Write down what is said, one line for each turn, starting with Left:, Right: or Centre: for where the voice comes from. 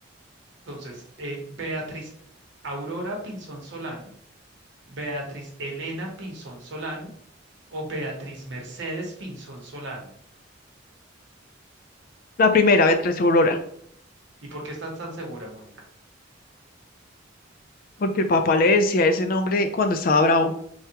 Right: Entonces, eh, Beatriz Aurora Pinzón Solano, Beatriz Elena Pinzón Solano o Beatriz Mercedes Pinzón Solano.
Left: La primera, Beatriz Aurora,
Right: ¿Y por qué estás tan segura, Mónica?
Left: porque el papá le decía ese nombre cuando estaba bravo.